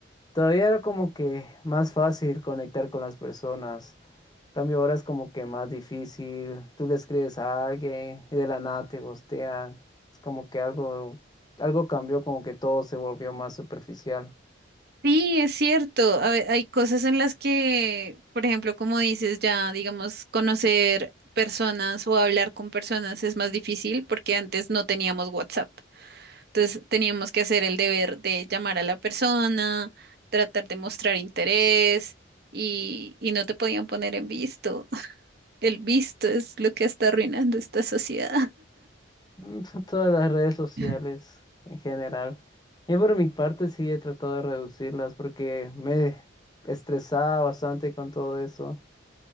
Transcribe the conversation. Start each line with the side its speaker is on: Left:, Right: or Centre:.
Left: todavía era como que más fácil conectar con las personas. Cambio ahora es como que más difícil. Tú le escribes a alguien y de la nada te gostean. Es como que algo, algo cambió, como que todo se volvió más superficial.
Right: Sí, es cierto. A ve- Hay cosas en las que, por ejemplo, como dices, ya, digamos, conocer personas o hablar con personas es más difícil porque antes no teníamos WhatsApp. Entonces teníamos que hacer el deber de llamar a la persona, tratar de mostrar interés y, y no te podían poner en visto. <laughs> El visto es lo que está arruinando esta sociedad.
Left: Mm, <laughs> Son todas las redes sociales
Right: <laughs>
Left: en general. Yo por mi parte sí he tratado de reducirlas porque me estresaba bastante con todo eso.